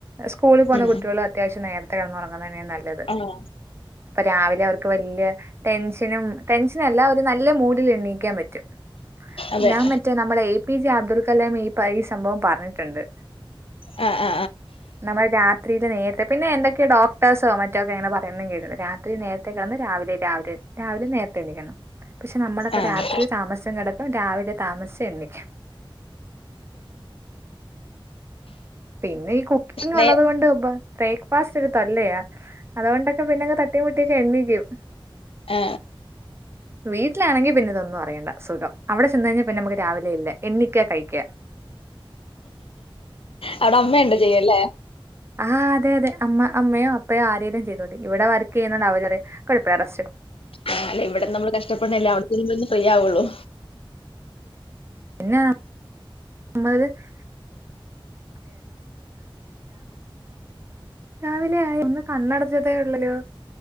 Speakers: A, on the right; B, on the left.
A: സ്കൂളി പോകുന്ന
B: ഉം
A: കുട്ടികൾ അത്യാവശ്യം നേരത്തെ കിടന്നുറങ്ങുന്നെതന്നെയാണ് നല്ലത്.
B: ആണോ?
A: ഇപ്പൊ രാവിലെ അവർക്ക് വല്യ ടെൻഷനും ടെൻഷനല്ല ഒരു നല്ല മൂഡിൽ എണീയ്ക്കാൻ പറ്റും.
B: അതെ
A: ഞാൻ മറ്റേ നമ്മളെ A P J Abdul Kalam ഈ ഈ സംഭവം പറഞ്ഞിട്ടുണ്ട്.
B: ആ ആ
A: നമ്മൾ രാത്രിയിയില് നേരത്തെ പിന്നെ എന്തക്കെയോ ഡോക്ടഴ്സോ മറ്റോക്കെങ്ങനെ പറയുന്നും കേട്ടിട്ട് രാത്രി നേര ത്തേ കിടന്ന് രാവിലെ രാവിലെ രാവിലെ നേരത്തെ എണിക്കണം. പക്ഷെ നമ്മളൊക്കെ
B: ആഹ്
A: രാത്രി താമസിച്ചും കിടക്കും രാവിലെ താമസിച്ച് എണീക്കും. പിന്നെ ഈ കുക്കിംഗ്
B: നേ
A: ഉള്ളത് കൊണ്ട് ഉപ ബ്രേക്ക്ഫാസ്റ്റ് ഒരു തൊല്ലയാ അതുകൊണ്ടൊക്കെ പിന്നെ തട്ടി തട്ടിമുട്ടിയൊക്കെണ്ണിക്കും.
B: ആ
A: വീട്ടിലാണെങ്കി പിന്നെ ഇതൊന്നും അറിയേണ്ട സുഖം അവിടെ ചെന്ന് കഴിഞ്ഞാൽ പിന്നെ നമുക്ക് രാവിലെ ഇല്ല എണ്ണിക്കാ കഴിക്കാ.
B: അവിടെ അമ്മ ഉണ്ട് ചെയ്യല്ലേ.
A: ആഹ് അതെ അതെ അമ്മമ്മ അമ്മയോ അപ്പയോ ആരേങ്കും ചെയ്തോതി ഇവിടെ വർക്ക് ചെയ്യുന്നുണ്ട് അവര്പറയും കുഴപ്പമില്ല പോയി റസ്റ്റ്‌ എടുത്തോ
B: ആ അല്ലെ ഇവിടെന്ന് നമ്മള് കഷ്ടപെടണില്ലേ അവിടത്തെരു ഒന്ന് ഫ്രീ ആവുള്ളൂ.
A: പിന്നെയ <unintelligible> രാവിലെയയി ഒന്ന് കണ്ണടച്ചതേ ഉള്ളലോ